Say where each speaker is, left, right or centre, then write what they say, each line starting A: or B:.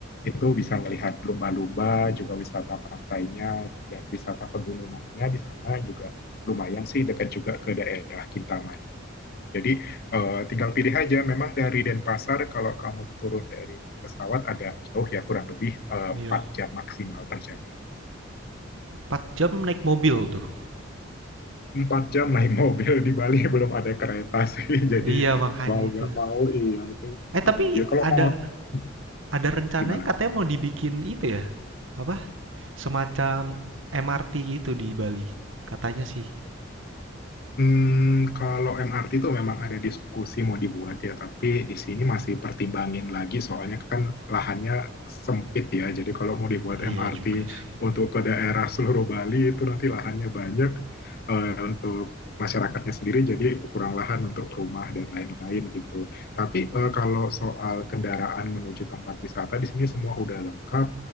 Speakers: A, on the left; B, on the right.
A: Itu bisa melihat lumba-lumba, juga wisata pantainya, dan wisata pegunungannya di sana juga lumayan sih dekat juga ke daerah Kintamani. Jadi Eh, tinggal pilih aja, memang dari Denpasar kalau kamu turun dari pesawat agak jauh ya, kurang lebih eh,
B: Iya,
A: 4 jam maksimal perjalanan.
B: Empat jam naik mobil tuh.
A: 4 jam naik <laughs> mobil di Bali belum ada kereta sih, <laughs> jadi
B: Iya makanya
A: mau
B: itu.
A: nggak mau iya itu
B: Eh tapi
A: mobil. Kalau
B: ada
A: mau hmm,
B: ada rencananya
A: gimana?
B: katanya mau dibikin itu ya, apa semacam MRT gitu di Bali. Katanya sih.
A: Hmm, kalau MRT itu memang ada diskusi mau dibuat ya, tapi di sini masih pertimbangin lagi soalnya kan lahannya sempit ya. Jadi kalau mau dibuat
B: Iya
A: MRT
B: juga sih.
A: untuk ke daerah seluruh Bali itu nanti lahannya banyak eh, untuk masyarakatnya sendiri jadi kurang lahan untuk rumah dan lain-lain gitu. Tapi eh, kalau soal kendaraan menuju tempat wisata di sini semua udah lengkap